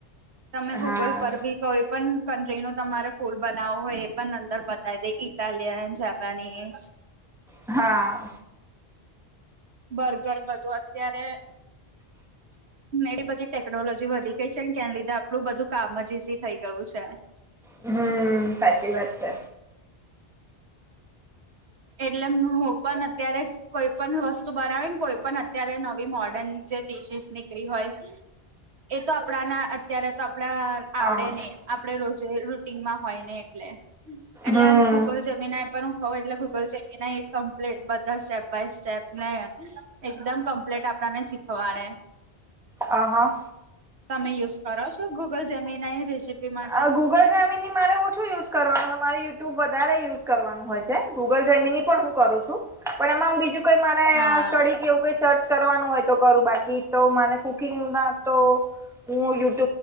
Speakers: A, on the right; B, in the centre.
A: તમે ગૂગલ
B: હા
A: પર બી કોઈ પણ કન્ટ્રી ન તમારે ફૂલ બનાવવું હોય એ પણ અંદર બતાવી દે ઇટાલિયન જાપાનીઝ
B: હા
A: બર્ગર બધું અત્યારે એવી બધી ટેકનોલોજી વધી ગઈ છે ને કેના લીધે આપણું બધું કામ જ ઈઝી થઈ ગયું છે.
B: હમ સાચી વાત છે
A: એટલે હું પણ અત્યારે કોઈ પણ વસ્તુ બનાવી ને કોઈ પણ અત્યારે નવી મોર્ડન જે ડડીશીસ નીકળી હોય એ તો આપણાના અત્યારે તો આપણા
B: હા
A: આવડે નહ આપડે રોજે રૂટીનમાં હોય ને એટલે એટલે
B: હમ
A: આ ગૂગલ જમીના પર હું કઉું એટલે ગૂગલ જમીના કમ્પ્લીટ બધા સ્ટેપ બાય સ્ટેપ ને એકદમ કમ્પ્લીટ આપણને શીખવાડે.
B: આ હા
A: તમે યુઝ કરો છો ગૂગલ જમીન રેસીપી? માટે
B: આ ગૂગલ જમીનની મારે ઓછું યુઝ કરવાનું મારે યુટ્યુબ વધારે યુઝ કરવાનું હોય છે ગુગલ જેમીની પણ હું કરું છું પણ એમાં બીજું કઈ મારે
A: હા
B: સ્ટડી કેવું કઈ સર્ચ કરવાનું હોય તો કરું બાકી તો મને કુકિંગ ના તો હું યુ